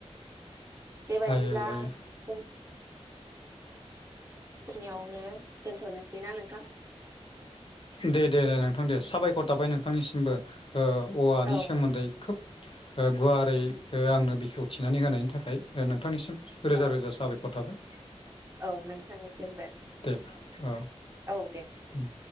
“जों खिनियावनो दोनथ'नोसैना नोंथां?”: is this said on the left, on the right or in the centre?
Right